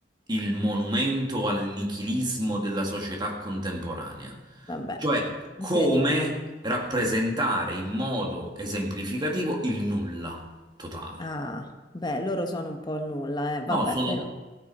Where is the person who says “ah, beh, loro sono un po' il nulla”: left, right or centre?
Left